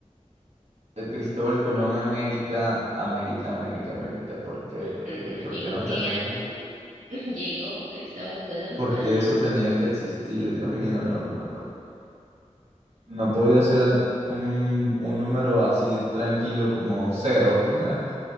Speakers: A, on the right; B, on the right.
A: eh, Cristóbal Colón, América, América, América, América, ¿por qué?
B: Ujú,
A: ¿Por qué? ¿Por
B: ¿En
A: qué nos
B: qué
A: tendrían?
B: año <laughs> llegó Cristóbal Colón
A: ¿Por
B: a
A: qué
B: América?
A: eso tenía que existir? Dios mío, no, no, no podía ser an- un, un número así tranquilo como cero. <laughs>